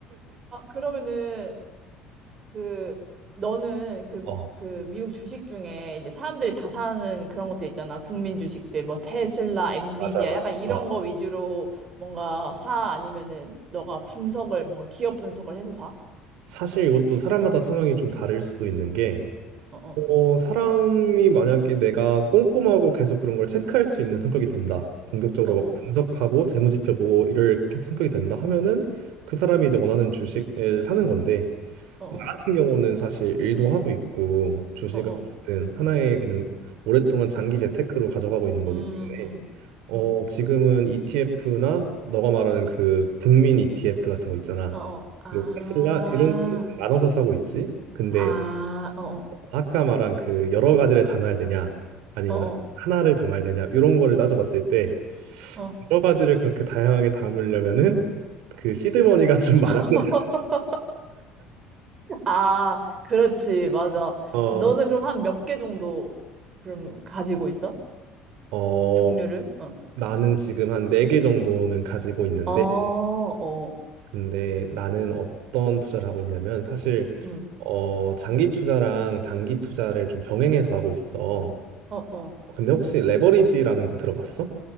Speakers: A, on the right (about 35°); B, on the right (about 80°).
A: 아, 그러면은 그 너는 그
B: 어,
A: 그 미국 주식 중에 이제 사람들이 다 사는 그런 것들 있잖아. 국민 주식들 뭐 테슬라, 엔비디아
B: 맞아, 맞아.
A: 약간 이런
B: 어,
A: 거 위주로 뭔가 사 아니면은 너가 분석을 뭔가 기업 분석을 해서 사?
B: 사실 이것도 사람마다 성향이 좀 다를 수도 있는 게,
A: 어어.
B: 어, 사람이 만약에 내가 꼼꼼하고 계속 그런 걸 체크할 수 있는 성격이 된다. 공격적으로
A: 어어.
B: 막 분석하고 재무지표 보고 이럴 성격이 된다 하면은 그 사람이 이제 원하는 주식을 사는 건데,
A: 어어.
B: 나 같은 경우는 사실 일도 하고 있고, 주식을
A: 어어.
B: 어쨌든 하나의 그냥 오랫동안 장기 재테크로 가져가고 있는 거기
A: 음,
B: 때문에,
A: 음, 음.
B: 어,
A: 음.
B: 지금은 ETF나 너가 말하는 그 국민 ETF 같은 거 있잖아.
A: 어어. 아.
B: 그리고 테슬라 이런 식으로 좀 나눠서 사고 있지. 근데
A: 아. 어어.
B: 아까 말한 그 여러 가지를 담아야 되냐 아니면
A: 어 어.
B: 하나를 담아야 되냐 이런 거를 따져봤을 때
A: 어.
B: 여러 가지를 그렇게 다양하게 담으려면은 그 시드머니가 좀 많아야
A: <laughs>
B: 돼.
A: 아, 그렇지. 맞아.
B: 어,
A: 너는 그럼 한 몇 개 정도 그럼 가지고 있어?
B: 어,
A: 종류를? 어.
B: 나는 지금 한 네 개 정도는 가지고 있는데
A: 아, 어,
B: 근데 나는 어떤 투자를 하고 있냐면 사실
A: 응,
B: 어, 장기 투자랑 단기 투자를 좀 병행해서 하고 있어.
A: 어, 어.
B: 근데 혹시 레버리지라는 거 들어봤어?